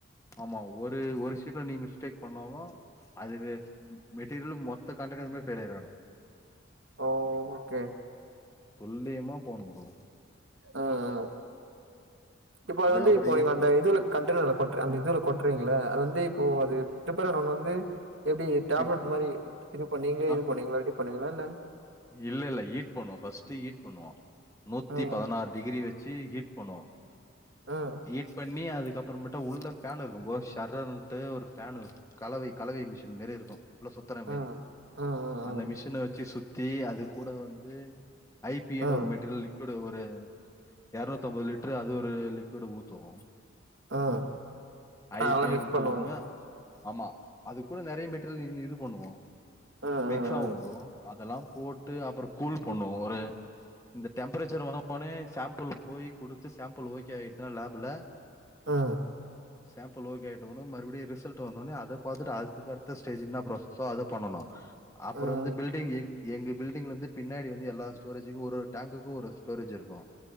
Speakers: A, on the left; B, on the right.
A: ஆமா ஒரு ஒரு ஷீட்ல நீ மிஸ்டேக் பண்ணாலு அதுவே மெட்டீரியல் மொத்த கண்டெய்னருக்குமே ஃபெய்லியர் ஆய்டும்
B: ஓ ஓகே
A: துல்லியமா போனு ப்ரோ
B: ஆ ஆ இப்ப அது வந்து
A: அப்புற
B: இப்போ நீங்க
A: யூ
B: அந்த இதுல கண்டெய்னர்ல கொட்ர அந்த இதுல கொட்றீங்கள அது வந்து இப்போ அது பிப்பரனான் வந்து எப்டி டேப்லெட்
A: கிப்-
B: மாரி இது பண்ணி நீங்ளே
A: ஆ
B: இது பண்ணீங்ளா ரெடி பண்ணீவிங்ளா இல்ல
A: இல்ல இல்ல ஹீட் பண்ணுவோ ஃபஸ்ட்டு ஹீட் பண்ணுவோ நூத்தி
B: ம்
A: பதினாறு டிகிரி வச் சி ஹீட் பண்ணுவோ
B: ம்
A: ஹீட் பண்ணி அதுக்கப் அப்புறமேட்டு உள்ள ஃபேன் இருக்கும்ப்ரோ ஷரருன்ட்டு ஒரு ஃபேனு கலவை கலவை மிஷின் மெரிய இருக்கு உள்ள சுத்துற மெரி
B: ம் ம் ம்
A: அந்த மிஷின வச்சு சுத்தி அது கூட வந்து ஐ பி
B: ம்
A: எ
B: ம்
A: னு ஒரு மெட்டீரியல் லிக்விடு ஒரு எரநூத்தி அம்பது லிட்ரு அது ஒரு லிக்விடு ஊத்துவோ
B: ம் ஆ
A: ஐ
B: நல்லா
A: பி
B: மிக்ஸ்
A: ஏ
B: பண்ணுவாங்க
A: டுன்னு ஆமா அது கூட நெறையா மெட்டீரியல்னு இது பண்ணுவோ
B: ம்
A: மிக்ஸா வும்ப்ரோ அதெல்லா போட்டு அப்றோ கூல் பண்ணுவோ ஒரு இந்த டெம்பரேச்சர் வரப்போனே சாம்பிள் போய் குடுத்து சாம்பிள் ஓகே ஆய்டுசுனா லேபுல
B: ஆ
A: சாம்பிள் ஓகே ஆயிட்டவொன்ன மறுபடியு ரிசல்ட் வந்தோனே அத பாத்தட்டு அதுக்கடுத்த ஸ்டேஜு என்னா ப்ராஸஸ் அத பண்ணனு அப்றோ
B: ம் ம்
A: வந்து பில்டிங்கு எங்க பில்டிங்லேந்து பின்னாடி வந்து எல்லா ஸ்டோரேஜுக்கு ஒரு ஒரு டேங்குக்கு ஒரு ஸ்டோரேஜ் இருக்கு